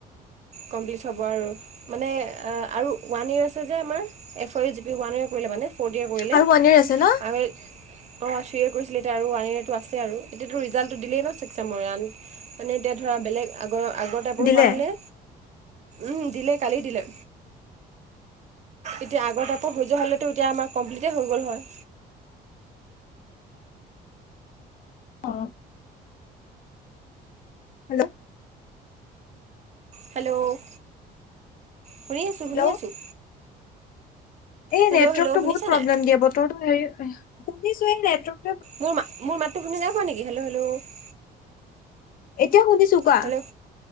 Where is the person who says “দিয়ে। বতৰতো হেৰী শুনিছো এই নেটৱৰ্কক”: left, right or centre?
Left